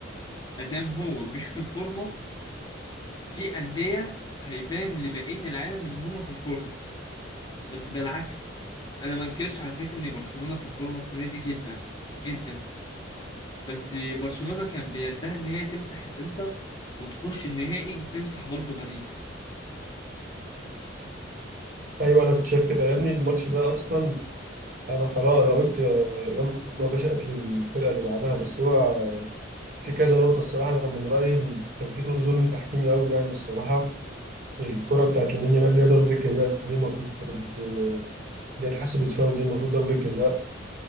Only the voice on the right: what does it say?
ايوه انا كنت شايف كده يا ابني الماتش ده اصلا انا خلاص انا قلت آه، يلا يا باشا قتل الفرقة اللي بعدها بس هو آه، في كذا نقطة الصراحة انا من رأيي إن كان في طول ظلم تحكيمي قوي يعني الصراحة الكرة بتاعت لامين يامال اللي هي ضربة الجزاء دي المفروض كانت آه، اللي هي اتحسبت فاول دي المفروض ضربة جزاء